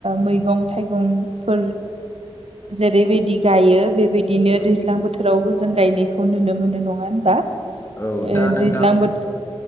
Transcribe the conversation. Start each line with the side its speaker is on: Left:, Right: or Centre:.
Right: मैगं थाइगंफोर जेरैबायदि गायो बेबायदि दिनो
Left: औ
Right: दैज्लां बोथोरावबो जों गायनायखौ नुनो मोनो नङा होनबा।
Left: औ
Right: ओ
Left: दा नोंथां
Right: दैज्लां बोथोर